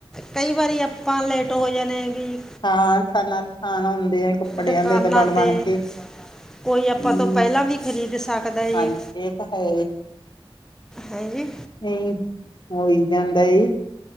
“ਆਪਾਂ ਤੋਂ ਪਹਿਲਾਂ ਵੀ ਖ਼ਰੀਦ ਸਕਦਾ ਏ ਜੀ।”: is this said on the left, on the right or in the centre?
Centre